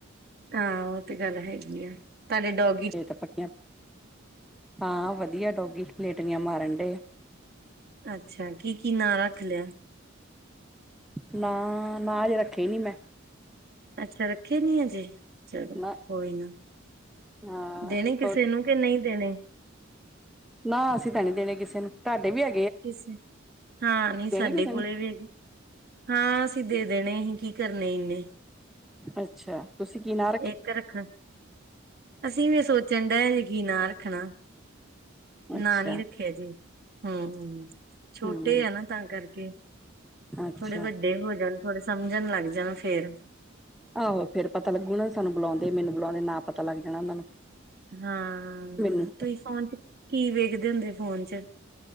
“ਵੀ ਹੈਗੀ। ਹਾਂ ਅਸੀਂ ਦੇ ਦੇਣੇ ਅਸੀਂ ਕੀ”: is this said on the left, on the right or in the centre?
Right